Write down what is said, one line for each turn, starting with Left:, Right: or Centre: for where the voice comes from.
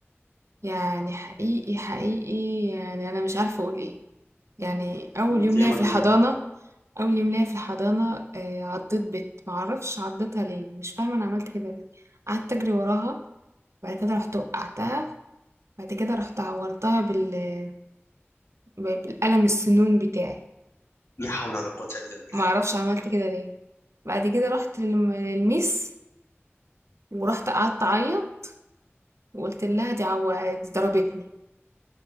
Right: يعني حقيقي، حقيقي يعني أنا مش عارفة أقول إيه. يعني أول
Left: انت
Right: يوم
Left: يا
Right: ليا
Left: مجنون
Right: في الحضانة أول يوم ليا في الحضانة آه، عضّيت بت معرفش عضّيتها ليه، مش فاهمة أنا عملت كده ليه. قعدت أجري وراها، بعد كده رُحت وقعتها، بعد كده رُحت عورتها بال ب بالقلم السنون بتاعي،
Left: لا حول ولا قوة إلا بالله
Right: معرفش عملت كده ليه. بعد كده رحت للم- للميس ورحت قعدت اعيط وقلت لها دي عو... دي ضربتني